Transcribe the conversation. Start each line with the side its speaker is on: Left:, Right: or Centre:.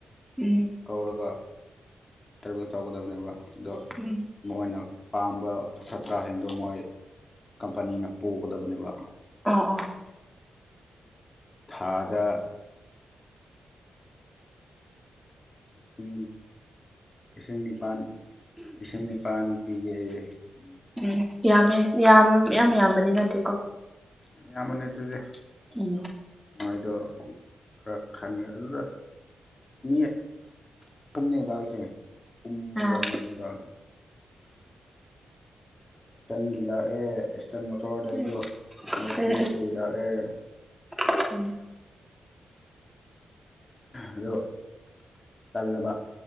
Centre: ꯎꯝ
Left: ꯀꯧꯔꯒ ꯇ꯭ꯔꯦꯚꯦꯜ ꯇꯧꯒꯗꯕꯅꯦꯕ ꯑꯗꯣ
Centre: ꯎꯝ
Left: ꯃꯣꯏꯅ ꯄꯥꯝꯕ ꯁꯥꯠꯇ꯭ꯔꯁꯤꯡꯗꯣ ꯃꯣꯏ ꯀꯝꯄꯅꯤꯅ ꯄꯨꯒꯗꯕꯅꯦꯕ
Centre: ꯑꯣ ꯑꯣ
Left: ꯊꯥꯗ ꯏꯁꯤꯡꯅꯤ ꯏꯁꯤꯡ ꯅꯤꯄꯥꯜ ꯏꯁꯤꯡ ꯅꯤꯄꯥꯜ ꯄꯤꯒꯦ ꯑꯩꯦ ꯎꯝ
Centre: ꯎꯝ ꯌꯥꯝꯃꯦ ꯌꯥꯝ ꯌꯥꯝ ꯌꯥꯝꯕꯗꯤ ꯅꯠꯇꯦꯀꯣ
Left: ꯌꯥꯝ ꯑꯌꯥꯝꯕ ꯅꯠꯇꯗꯤꯗꯤ
Centre: ꯎꯝ
Left: ꯃꯣꯏꯗꯣ ꯈꯔ ꯈꯟꯒ꯭ꯔꯦ ꯑꯗꯨꯗ ꯃꯤ ꯀꯨꯝꯅꯤ ꯂꯥꯜꯁꯦ ꯀꯔꯃꯔ
Centre: ꯑꯥ
Left: ꯑꯦꯁꯇꯔꯟꯒꯤ ꯂꯥꯛꯑꯦ ꯑꯦꯁꯇꯟ ꯃꯣꯇꯣꯔꯗ
Centre: ꯎꯝ
Left: ꯍꯥꯏꯕꯗꯣ ꯃꯔꯇꯤꯒꯤ
Centre: ꯎꯝ
Left: ꯂꯥꯛꯑꯦ
Centre: ꯎꯝ
Left: ꯑꯗꯣ ꯇꯜꯂꯕ